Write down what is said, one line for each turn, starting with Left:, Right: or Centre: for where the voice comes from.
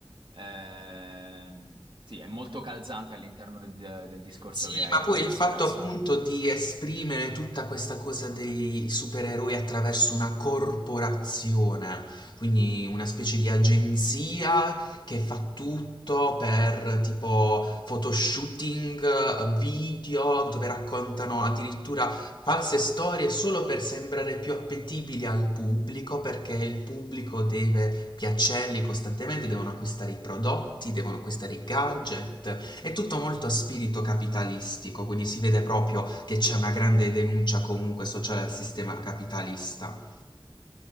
Right: ehm, sì, è molto calzante all'interno del del discorso
Left: Sì,
Right: che hai
Left: ma
Right: appena
Left: poi il
Right: espresso.
Left: fatto appunto di esprimere tutta questa cosa dei supereroi attraverso una corporazione, quindi una specie di agenzia che fa tutto per tipo photoshooting, eh, video, dove raccontano addirittura false storie solo per sembrare più appetibili al pubblico, perché il pubblico deve piacerli costantemente, devono acquistare i prodotti, devono acquistare i gadget. È tutto molto a spirito capitalistico, quindi si vede proprio che c'è una grande denuncia comunque sociale al sistema capitalista.